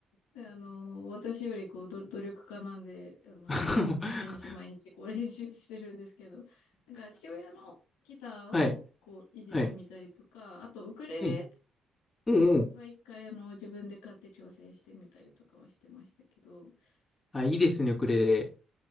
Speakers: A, on the left; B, on the left.
A: で、あの、私よりこう、ど、努力家なんで、あの、
B: <laughs>
A: すごい、いつ毎日毎日こう練習してるんですけど、なんか父親のギターをこう、
B: はい、
A: いじってみたりとか、
B: はい。
A: あとウクレレ
B: ええ、おおー
A: は一回あの、自分で買って挑戦してみたりとかはしてましたけど、
B: あ、いいですね、
A: うん。
B: ウクレレ。